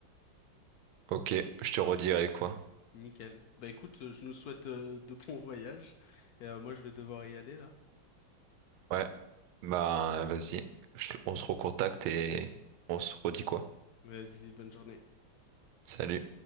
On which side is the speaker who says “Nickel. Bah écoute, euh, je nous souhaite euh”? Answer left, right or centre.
Left